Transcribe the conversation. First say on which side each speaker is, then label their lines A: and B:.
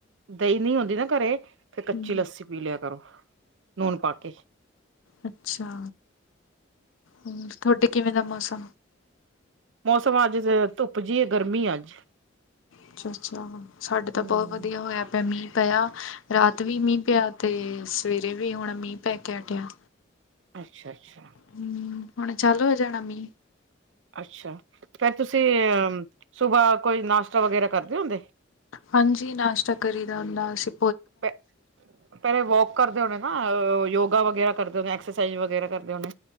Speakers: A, on the right (about 70°); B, on the left (about 80°).
A: ਦਹੀਂ ਨਹੀਂ ਹੁੰਦੀ ਨਾ ਘਰੇ ਫਿਰ ਕੱਚੀ
B: ਹੂੰ।
A: ਲੱਸੀ ਪੀ ਲਿਆ ਕਰੋ। ਨੂਨ ਪਾ ਕੇ
B: ਅੱਛਾ ਹੋਰ ਤੁਹਾਡੇ ਕਿਵੇਂ ਦਾ ਮੌਸਮ?
A: ਮੌਸਮ ਅੱਜ ਧੁੱਪ ਜਿਹੀ ਹੈ ਗਰਮੀ ਅੱਜ।
B: ਅੱਛਾ ਅੱਛਾ ਸਾਡੇ ਤਾਂ
A: ਹਮ
B: ਬਹੁਤ ਵਧੀਆ ਹੋਇਆ ਪਿਆ ਮੀਂਹ ਪਿਆ ਰਾਤ ਵੀ ਮੀਂਹ ਪਿਆ ਤੇ ਸਵੇਰੇ ਵੀ ਹੁਣ ਮੀਂਹ ਪੈ ਕੇ ਹਟਿਆ।
A: ਅੱਛਾ ਅੱਛਾ
B: ਹਮ ਹੁਣ ਚਾਲੂ ਹੋ ਜਾਣਾ ਮੀਹ।
A: ਅੱਛਾ ਫਿਰ ਤੁਸੀਂ ਅ ਸੁਬਾਹ ਕੋਈ ਨਾਸ਼ਤਾ ਵਗੈਰਾ ਕਰਦੇ ਹੁੰਦੇ।
B: ਹਾਂਜੀ ਨਾਸ਼ਤਾ ਕਰੀ ਦਾ ਹੁੰਦਾ ਅਸੀ।
A: ਪਹਿਲੇ ਵੋਕ ਕਰਦੇ ਹੋਣੇ ਨਾ ਯੋਗਾ ਵਗੈਰਾ ਕਰਦੇ ਹੁੰਦੇ। ਐਕਸਰਸਾਈਜ਼ ਵਗੈਰਾ ਕਰਦੇ ਹੋਣੇ।